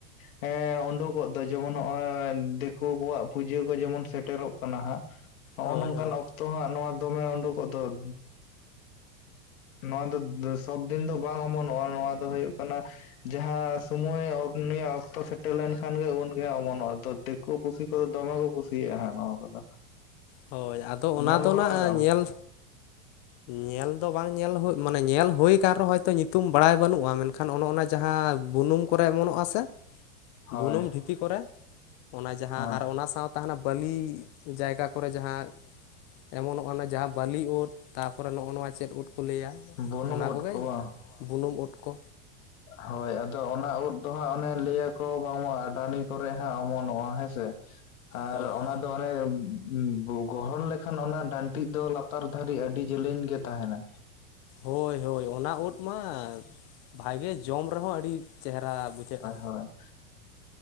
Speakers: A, on the left (about 75°); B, on the left (about 30°).
A: ᱮᱸ ᱩᱸᱰᱩᱠᱚᱜ ᱫᱚ ᱡᱮᱢᱚᱱ ᱦᱚᱜᱼᱚᱭ ᱫᱤᱠᱩ ᱠᱚᱣᱟᱜ ᱯᱩᱡᱟᱹ ᱠᱚ ᱡᱮᱢᱚᱱ ᱥᱮᱴᱮᱨᱚᱜ ᱠᱟᱱᱟ ᱦᱟᱸᱜ ᱦᱚᱸᱜᱼᱚ
B: ᱦᱳᱭ
A: ᱱᱚᱝᱠᱟᱱ
B: ᱦᱳᱭ
A: ᱚᱠᱛᱚ ᱦᱟᱸᱜ ᱱᱚᱣᱟ ᱫᱚᱢᱮ ᱩᱸᱰᱩᱠᱚᱜ ᱫᱚ <inaudible> ᱱᱚᱣᱟ ᱫᱚ ᱥᱚᱵᱫᱤᱱ ᱫᱚ ᱵᱟᱝ ᱚᱢᱚᱱᱚᱜᱼᱟ ᱱᱚᱣᱟ ᱫᱚ ᱦᱩᱭᱩᱜ ᱠᱟᱱᱟ ᱡᱟᱦᱟᱸ ᱥᱚᱢᱚᱭ ᱩᱱᱤᱭᱟᱹ ᱚᱠᱛᱚ ᱥᱮᱴᱮᱨ ᱞᱮᱱᱠᱷᱟᱱ ᱜᱮ ᱩᱱᱜᱮ ᱦᱟᱸᱜ ᱚᱢᱚᱱᱚᱜᱼᱟ <unintelligible> ᱠᱩ ᱯᱩᱥᱤ ᱠᱚᱫᱚ ᱫᱚᱢᱮ ᱠᱚ ᱠᱩᱥᱤᱭᱟᱜᱼᱟ ᱦᱟᱸᱜ ᱱᱚᱣᱟ ᱠᱚᱫᱚ᱾
B: ᱦᱳᱭ ᱟᱫᱚ ᱚᱱᱟ
A: ᱧᱮᱞ
B: ᱫᱚ
A: ᱵᱟᱲᱟ
B: ᱱᱟᱸᱜ
A: ᱠᱟᱜ ᱟᱢ
B: ᱧᱮᱞ ᱧᱮᱞ ᱫᱚ ᱵᱟᱝ ᱧᱮᱞ ᱦᱩᱜ ᱢᱟᱱᱮ ᱧᱮᱞ ᱦᱩᱭ ᱠᱟᱱ ᱨᱮᱦᱚᱸ ᱦᱚᱭᱛᱚ ᱧᱩᱛᱩᱢ ᱵᱟᱲᱟᱭ ᱵᱟᱹᱱᱩᱜᱼᱟ ᱢᱮᱱᱠᱷᱟᱱ ᱚᱱᱮ ᱚᱱᱟ ᱡᱟᱦᱟᱸ ᱵᱩᱱᱩᱢ ᱠᱚᱨᱮ ᱚᱢᱚᱱᱚᱜᱼᱟ ᱥᱮ?
A: ᱦᱳᱭ
B: ᱵᱩᱱᱩᱢ ᱰᱷᱤᱯᱤ ᱠᱚᱨᱮ ᱚᱱᱟ ᱡᱟᱦᱟᱸ
A: ᱦᱳᱭ
B: ᱟᱨ ᱚᱱᱟ ᱥᱟᱶ ᱛᱟᱦᱮᱱᱟ ᱵᱟᱹᱞᱤ ᱡᱟᱭᱜᱟ ᱠᱚᱨᱮ ᱡᱟᱦᱟᱸ ᱚᱢᱚᱱᱚᱜᱼᱟ ᱚᱱᱟ ᱡᱟᱦᱟᱸ ᱵᱟᱹᱞᱤ ᱩᱫ ᱛᱟᱯᱚᱨᱮ ᱱᱚᱜᱼᱚ ᱱᱚᱣᱟ ᱪᱮᱫ ᱩᱫ ᱠᱚ ᱞᱟᱹᱭᱟ
A: ᱵᱩᱱᱩᱢ
B: ᱚᱱᱟ
A: ᱩᱫ
B: ᱠᱚᱜᱮ
A: ᱠᱚ ᱵᱟᱝ
B: ᱵᱩᱱᱩᱢ ᱩᱫ ᱠᱚ
A: ᱦᱳᱭ ᱟᱫᱚ ᱚᱱᱟ ᱩᱫ ᱫᱚ ᱦᱟᱸᱜ ᱚᱱᱮ ᱞᱟᱹᱭᱟᱠᱚ ᱵᱟᱝᱢᱟ ᱟᱰᱟᱱᱤ ᱠᱚᱨᱮᱜ ᱦᱟᱸᱜ ᱚᱢᱚᱱᱚᱜᱼᱟ ᱦᱚᱭ ᱥᱮ? ᱟᱨ
B: ᱦᱳᱭ
A: ᱚᱱᱟ ᱫᱚ <unintelligible> ᱜᱚᱦᱚᱲ ᱞᱮᱠᱷᱟᱱ ᱚᱱᱟ ᱰᱟᱹᱱᱴᱤᱜ ᱫᱚ ᱞᱟᱛᱟᱨ ᱫᱷᱟᱹᱨᱤᱡ ᱟᱹᱰᱤ ᱡᱮᱞᱮᱧ ᱜᱮ ᱛᱟᱦᱮᱱᱟ᱾
B: ᱦᱳᱭ ᱦᱳᱭ ᱚᱱᱟ ᱩᱫ ᱢᱟ ᱵᱷᱟᱜᱮ ᱡᱚᱢ ᱨᱮᱦᱚᱸ ᱟᱹᱰᱤ ᱪᱮᱦᱨᱟ ᱵᱩᱡᱷᱟᱹᱜᱼᱟ᱾
A: ᱦᱳᱸ